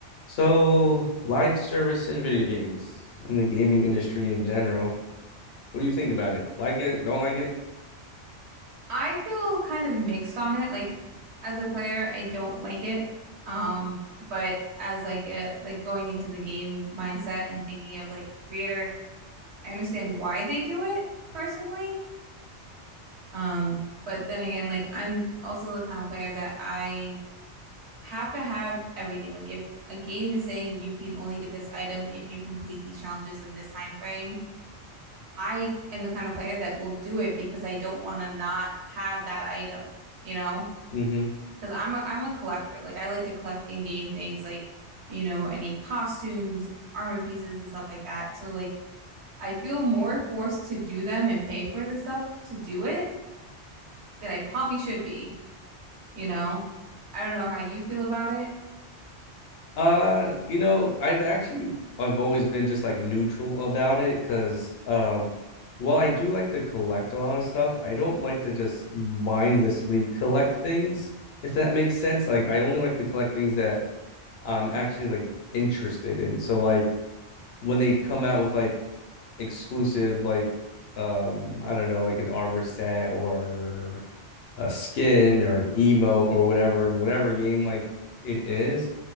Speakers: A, on the left (about 65°); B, on the right (about 70°).
A: So, life service in video games, in the gaming industry in general. What do you think about it? Like it? Don't like it?
B: I feel kind of mixed on it. Like as a player, I don't like it. Um, but as like a like going into the game mindset and thinking of like a creator, I understand why they do it personally. Um, but then again, like I'm also the kind of player that I have to have everything. Like if a game is saying you can only get this item if you complete these challenges in this time frame, I am the kind of player that will do it because I don't want to not have that item, you know?
A: hmm
B: because I'm a, I'm a collector. Like I like to collect in-game things like, you know, any costumes, armor pieces and stuff like that. So like I feel more forced to do them and pay for the stuff to do it than I probably should be, you know? I don't know how you feel about it.
A: Uh, you know, I've actually I've always been just like neutral about it because um while I do like to collect a lot of stuff, I don't like to just mindlessly collect things, if that makes sense. Like I only like to collect things that I'm actually like interested in. So like when they come out with like exclusive like um I don't know like an armor set or a skin or an emote or whatever in whatever game like it is,